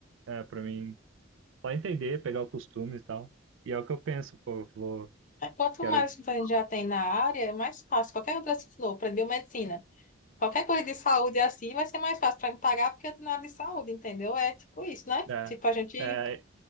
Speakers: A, on the right; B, on the left.
A: é, para mim só entender, pegar o costume e tal. E é o que eu penso, pô, vou,
B: Quanto
A: quero.
B: mais a gente já tem na área, é mais fácil. Qualquer outra, se for, para biomedicina, qualquer coisa de saúde assim, vai ser mais fácil para me pagar porque eu tô na área de saúde, entendeu? É tipo isso, né?
A: É,
B: Tipo, a gente.
A: é,